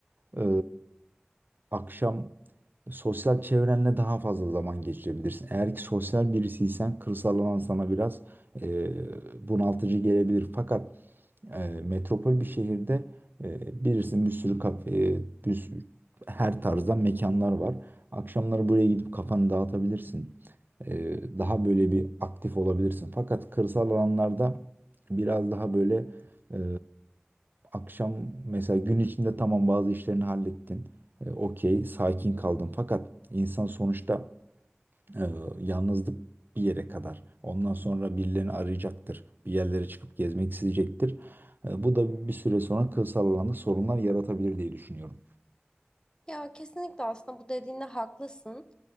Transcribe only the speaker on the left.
Ya kesinlikle aslında bu dediğinde haklısın.